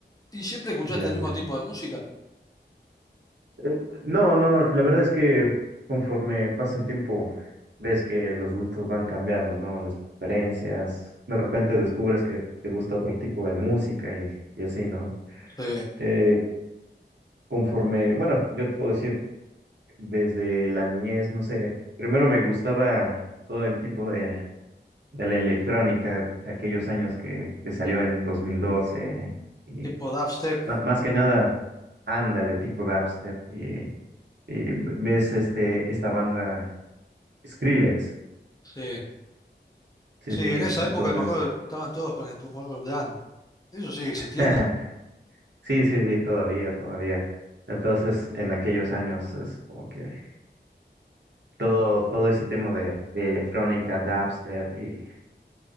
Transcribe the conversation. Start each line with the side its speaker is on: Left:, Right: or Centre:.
Left: ¿Y siempre escuchaste
Right: ya,
Left: el mismo
Right: ya.
Left: tipo de música?
Right: Eh, No, no, la verdad es que conforme pasa el tiempo, ves que los gustos van cambiando, ¿no? Las preferencias, de repente descubres que te gusta otro tipo de música y, y así, ¿no?
Left: Sí,
Right: Eh, conforme, bueno, yo te puedo decir, desde la niñez, no sé, primero me gustaba todo el tipo de, de la electrónica, aquellos años que, que salió en 2012 y
Left: tipo dubstep.
Right: ma- más que nada, ándale, tipo dubstep, y, y ves este, esta banda Skrillex,
Left: Sí.
Right: sí,
Left: Sí,
Right: sí,
Left: en esa
Right: entonces,
Left: época me acuerdo que estaban todos con el tumor Dan. ¿Eso sigue existiendo?
Right: <laughs> sí, sí, sí, todavía, todavía. Entonces, en aquellos años es como que todo, todo ese tema de, de electrónica, dubstep y,